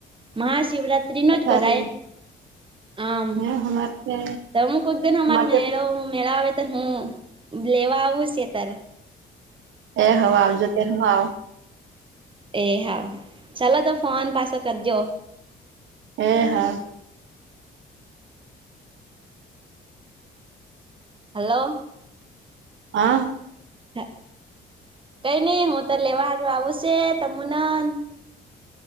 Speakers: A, on the right (about 25°); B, on the right (about 75°).
A: મહાશિવરાત્રી. રિનોજ
B: અત્યારે
A: બરાય. આમ
B: હે હમાર તે
A: તોું કોક દનરળ
B: માટે
A: મળ આવે. હું લેવા આવું છ તારે.
B: એ હવે આવજો ત હ આવ.
A: એ હા ચાલ તો ફોન પાસે કરજો.
B: હ હા.
A: હલો.
B: હ.
A: હ કઈ નહી હું તો લેવાળું આવુંશે તમનન.